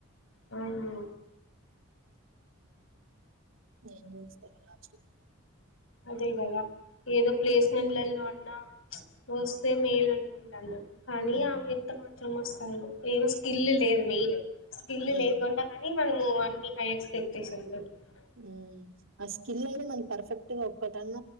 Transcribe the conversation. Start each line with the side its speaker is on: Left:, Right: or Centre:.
Left: అవునా
Right: ఏం చేస్తారో లాస్ట్ కి
Left: అదే గదా ఏదో ప్లేస్మెంట్లలో అన్నా వస్తే మేల్ అనుకుంటాన కానీ
Right: హ్మ్.
Left: ఆవి ఎంత మాత్రం వస్తాయో ఏం స్కిల్
Right: అవునా?
Left: లేదు మెయిన్ స్కిల్
Right: ఆ!
Left: లేకుండా
Right: అవును.
Left: గానీ మనము అని హై ఎక్స్పెక్టేషన్స్ పెట్టుకున్నాం
Right: ఉమ్ ఆ స్కిల్ ఏవి మనక్ పర్ఫెక్ట్ గా ఒక్కటన్న